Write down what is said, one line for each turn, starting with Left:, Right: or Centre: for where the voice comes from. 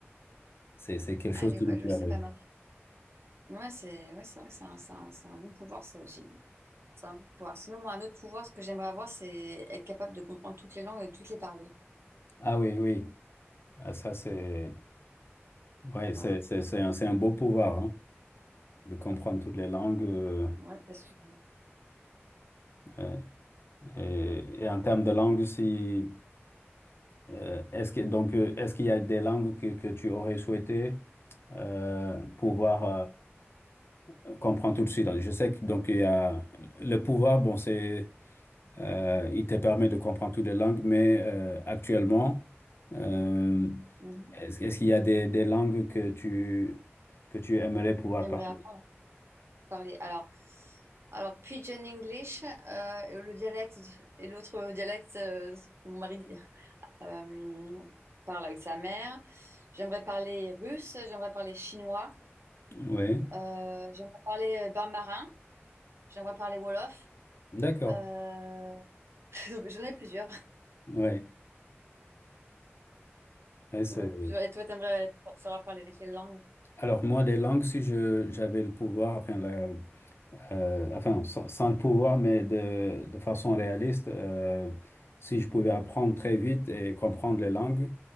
Left: c'est c'est quelque chose
Right: Allez,
Left: qui
Right: ouais,
Left: me plairait.
Right: je sais pas mal. Ouais, c'est ouais, c'est vrai, c'est un, c'est un, c'est un bon pouvoir, ça aussi. C'est un bon pouvoir. Sinon, moi, un autre pouvoir, ce que j'aimerais avoir, c'est être capable de comprendre toutes les langues et de toutes les parler.
Left: Ah oui, oui, Ah, ça c'est... Ouais,
Right: Ouais,
Left: c'est c'est- c'est un, c'est un beau pouvoir, hein, de comprendre toutes les langues. euh,
Right: ouais, parce que...
Left: ouais. et, et en termes de langue, si... Euh, est-ce que, donc, euh, est-ce qu'il y a des langues que, que tu aurais souhaité euh, pouvoir euh, comprendre tout de suite? Je sais que donc il y a le pouvoir, bon, c'est euh, il te permet de comprendre toutes les langues, mais euh, actuellement, euh,
Right: Mhm.
Left: est-ce, est-ce qu'il y a des, des langues que tu que tu aimerais pouvoir
Right: J'aimerais
Left: parler?
Right: apprendre à parler. Alors, alors Pigeon English, euh, et le dialecte et l'autre dialecte euh, que mon mari Euh, parle avec sa mère. J'aimerais parler russe, j'aimerais parler chinois,
Left: Oui,
Right: euh, j'aimerais parler bain marin, j'aimerais parler wolof.
Left: d'accord.
Right: Euh, <laughs> Donc j'en ai plusieurs.
Left: Oui. Ouais, c'est-
Right: J'en ai plusieurs. Et toi, t'aimerais savoir parler quelle langue?
Left: Alors moi, les langues, si je j'avais le pouvoir, enfin la- euh, enfin, sans, sans le pouvoir, mais de, de façon réaliste, euh, si je pouvais apprendre très vite et comprendre les langues,